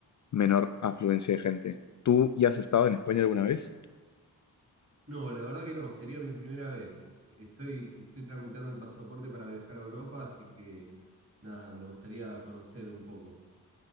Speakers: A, on the left; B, on the right.
A: menor afluencia de gente. ¿Tú ya has estado en España alguna vez?
B: No, la verdad que no. Sería mi primera vez. Estoy, estoy tramitando el pasaporte para viajar a Europa, así que nada, me gustaría conocer un poco.